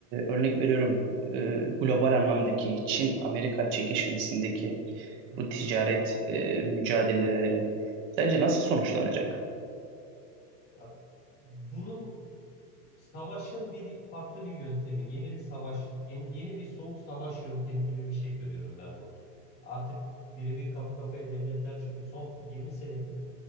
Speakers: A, on the right (about 25°); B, on the left (about 20°).
A: örnek veriyorum e, global anlamdaki Çin-Amerika çekişmesindeki
B: Hı.
A: bu ticaret e, mücadeleleri sence nasıl sonuçlanacak?
B: Ya bunun savaşın bir farklı bir yöntemi, yeni bir savaş, yeni, yeni bir soğuk savaş yöntemi gibi bir şey görüyorum ben bunu. Artık birebir kafa kafaya devletler çünkü son 20 senedir